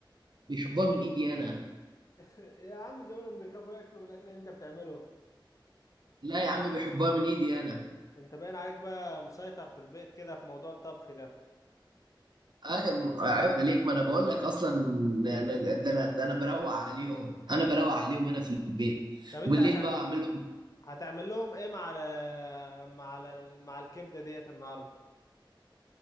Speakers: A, on the right (about 60°); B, on the left (about 40°).
A: بيحبوها
B: هم-
A: من ايدي انا
B: <laughs> يا عم زمانهم بيخافوا ياكلوا من الاكل اللي انت بتعمله
A: لا يا عم بيحبوها من ايدي انا
B: انت باين عليك بقى مسيطر في البيت كده في موضوع الطبخ ده
A: ايوه عيب عليك ما انا بقول لك اصلا أنا- ده انا ده انا بروق عليهم انا بروق عليهم هنا في البيت
B: طب انت
A: بالليل
B: هتعمل
A: بقى اعمل لهم
B: هتعمل لهم ايه مع ال... مع ال... مع الكبده ديت النهارده